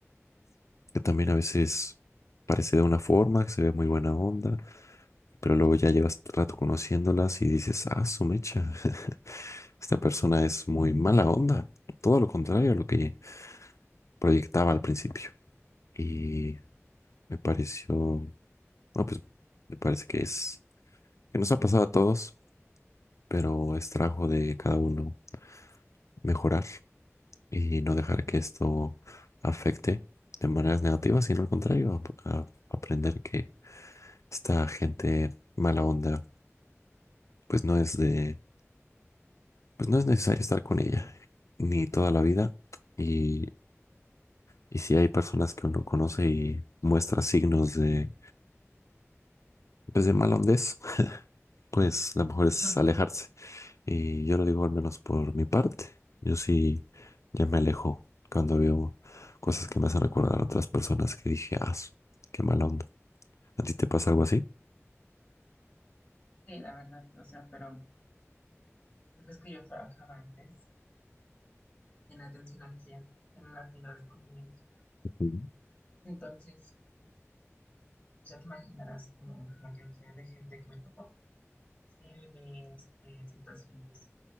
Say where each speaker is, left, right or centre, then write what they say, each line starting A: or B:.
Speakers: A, on the left; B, on the left.
A: que también a veces parece de una forma, que se ve muy buena onda, pero luego ya llevas rato conociéndolas y dices, ah, su mecha, esta persona es muy mala onda. Todo lo contrario a lo que proyectaba al principio. y Me pareció, ah, pues me parece que es, que nos ha pasado a todos, pero es trabajo de cada uno mejorar y no dejar que esto afecte de maneras negativas, sino al contrario, ap- a- aprender que esta gente mala onda, pues no es de, pues no es necesario estar con ella, ni toda la vida. Y, y si hay personas que uno conoce y muestra signos de, pues de mala hondez, pues lo mejor es
B: Ujú.
A: alejarse
B: <laughs>
A: Y yo lo digo al menos por mi parte. Yo sí ya me alejo cuando veo cosas que me hacen recordar a otras personas que dije, ah, su- qué mala onda. ¿A ti te pasa algo así?
B: Sí, la verdad, o sea, pero pues es que yo trabajaba antes en atención al cliente, en una tienda de conveniencia.
A: Ujú.
B: Entonces, pues ya te imaginarás como la cantidad de gente que me tocó, serie de este, situaciones